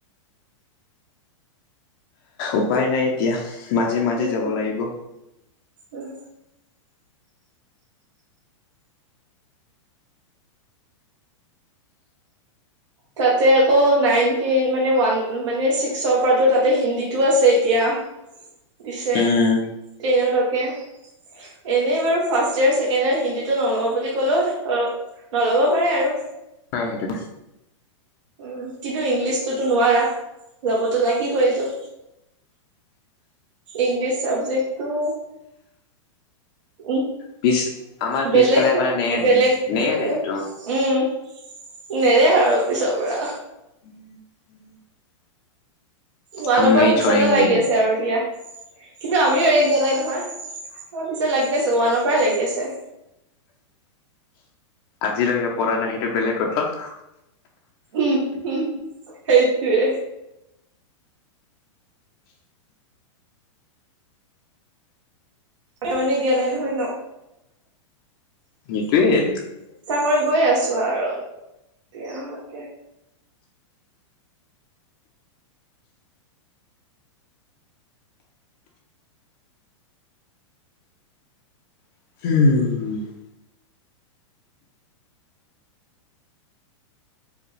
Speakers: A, on the left; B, on the right.
A: উপায় নাই এতিয়া মাজে মাজে
B: উম
A: যাব লাগিব।
B: উম। তাতে আকৌ নাইনটিন। মানে ওৱান মানে ছিক্সৰ পৰাতো তাতে হিন্দীতো আছে এতিয়া। দিছে
A: উম
B: তেওঁলোকে এনেই বাৰু ফাৰ্ষ্ট ইয়াৰ ছেকেণ্ড ইয়োৰ হিন্দীতটো নলওঁ বুলি কলো নলব পাৰে আৰু।
A: নাই সেইটো
B: উম কিন্তু ইংলিছটোতো নোৱাৰা যাবতো লাগিবই এইটো। ইংলিছ চাবজেক্টটো। উম,
A: পিছ আমাৰ
B: বেলেগ
A: পিছফালে মানে নে
B: বেলেগ
A: নেৰে
B: উম
A: এইটো
B: নেৰে আৰু পিছৰ পৰা।
A: <unintelligible>
B: ৱালৰ
A: হাম নাহি
B: পৰা পিছতে
A: ছৰেংগে।
B: লাগি আছে আৰু দিয়া কিন্তু আমিও এৰি দিয়া নাই নহয় তাৰ পিছত লাগি আছে ওৱানৰ পৰাই লাগি আছে।
A: আজিলৈকে পৰা নাই সেইটো বেলেগ কথা।
B: উম-উম সেই উম, মানে দিয়া নাই নহয় ন।
A: নিটোৱে।
B: মই গৈ আছো আৰু
A: হম,